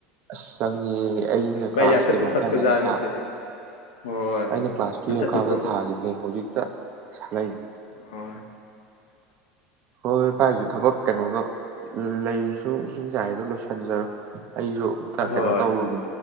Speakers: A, on the right (about 50°); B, on the left (about 80°).
A: ꯑꯁ ꯆꯪꯉꯦ ꯑꯩꯅ
B: ꯚꯥꯏ
A: ꯀ꯭ꯂꯥꯁ
B: ꯌꯥꯟꯊꯠꯄ
A: ꯀꯩꯅꯣ
B: ꯐꯠꯄ
A: ꯀꯔꯤꯉꯥꯏꯗ
B: ꯖꯥꯠ
A: ꯊꯥ
B: ꯅꯠꯇꯦ ꯍꯣꯏ
A: ꯑꯩꯅ ꯀ꯭ꯂꯥꯁ ꯇꯨꯌꯦꯜꯞ
B: ꯌꯥꯟꯊꯠꯄ
A: ꯀꯥꯕꯗ ꯊꯥꯒꯤꯕꯅꯦ ꯍꯧꯖꯤꯛꯇ ꯁꯥꯠꯂꯩ <inaudible>
B: ꯍꯣꯏ
A: ꯍꯣꯏ ꯍꯣꯏ ꯚꯥꯢ ꯍꯧꯖꯤꯛ ꯊꯕꯛ ꯀꯩꯅꯣꯗꯣ ꯂꯩ ꯁꯨ ꯏꯁꯤꯡ ꯆꯥꯏꯒꯗꯧꯗꯣ ꯂꯣꯏꯁꯤꯟꯖꯔꯣ ꯑꯩꯁꯨ ꯈ
B: ꯍꯣꯏ
A: ꯀꯩꯅꯣ ꯇꯧꯔꯨꯒꯤ